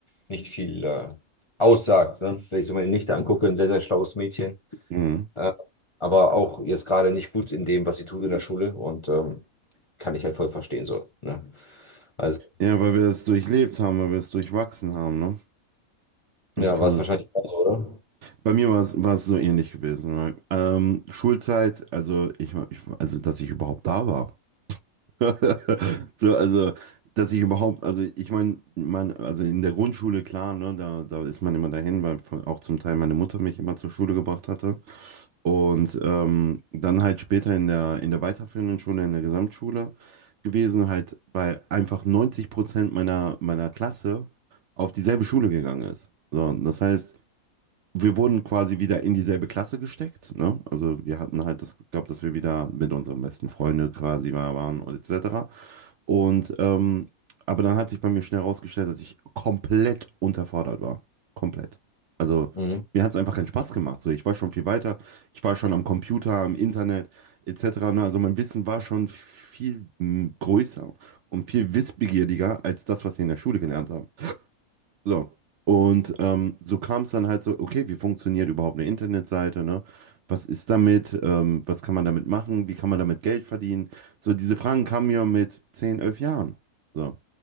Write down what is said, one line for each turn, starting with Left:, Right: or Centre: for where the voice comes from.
Left: nicht viel äh, aussagt. Ne? Wenn ich so meine Nichte angucke, ein sehr, sehr schlaues Mädchen,
Right: Mhm.
Left: äh, aber auch jetzt gerade nicht gut in dem, was sie tut in der Schule und ähm, kann ich halt voll verstehen so. Ne? Also,
Right: Ja, weil wir es durchlebt haben, weil wir es durchwachsen haben, ne? Ich
Left: ja,
Right: kann
Left: war es
Right: das.
Left: wahrscheinlich auch so, oder?
Right: Bei mir war es, war es so ähnlich gewesen. Weil, ähm, Schulzeit, also ich, war- ich, war- also dass ich überhaupt da war. <laughs> So, also, dass ich überhaupt, also ich meine, mein, also in der Grundschule, klar, ne, da, da ist man immer dahin, weil von- auch zum Teil meine Mutter mich immer zur Schule gebracht hatte. Und ähm, dann halt später in der, in der weiterführenden Schule, in der Gesamtschule gewesen, halt bei einfach 90 Prozent meiner, meiner Klasse auf dieselbe Schule gegangen ist. So, und das heißt, wir wurden quasi wieder in dieselbe Klasse gesteckt, ne? Also wir hatten halt das Glück gehabt, dass wir wieder mit unseren besten Freunden quasi war- waren und etc. Und ähm, aber dann hat sich bei mir schnell herausgestellt, dass ich komplett unterfordert war. Komplett. Also
Left: Mhm.
Right: mir hat es einfach keinen Spaß gemacht. So, ich war schon viel weiter. Ich war schon am Computer, am Internet etc. Ne? Also mein Wissen war schon viel mm, größer und viel wissbegieriger als das, was wir in der Schule gelernt haben. So. Und ähm, so kam es dann halt so, okay, wie funktioniert überhaupt eine Internetseite, ne? Was ist damit? Ähm, was kann man damit machen? Wie kann man damit Geld verdienen? So, diese Fragen kamen mir mit 10 11 Jahren. So.